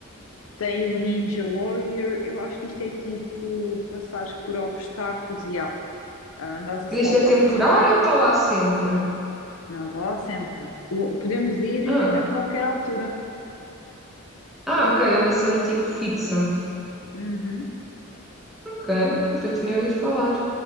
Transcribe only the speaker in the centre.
Mas
isto é temporário
ou está lá sempre?
Ah,
ah, ok, é uma cena tipo fixa.
Ok, nunca tinha ouvido falar.